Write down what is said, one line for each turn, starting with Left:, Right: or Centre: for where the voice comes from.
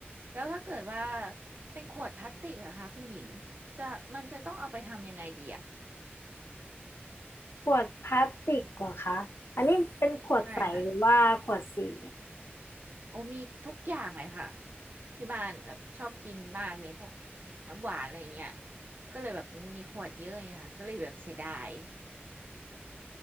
Right: แล้วถ้าเกิดว่าเป็นขวดพลาสติกอะคะคุณหญิงจะมันจะต้องเอาไปทำยังไงดีอะ
Left: ขวดพลาสติกเหรอคะอันนี้เป็นขวดใสหรือว่าขวดสี
Right: ใช่ค่ะโอ้มีทุกอย่างเลยค่ะที่บ้านแบบชอบกินมากเลยพวกน้ำหวานอะไรเงี้ยก็เลยแบบมันมีขวดเยอะไงค่ะก็เลยแบบเสียดาย